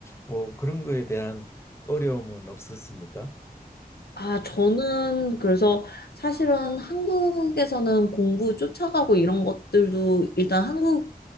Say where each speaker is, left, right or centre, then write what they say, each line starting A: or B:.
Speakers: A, on the left (about 15°); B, on the left (about 85°).
A: 뭐 그런 거에 대한 어려움은 없었습니까?
B: 아, 저는 그래서 사실은 한국에서는 공부 쫓아가고 이런 것들도 일단 한국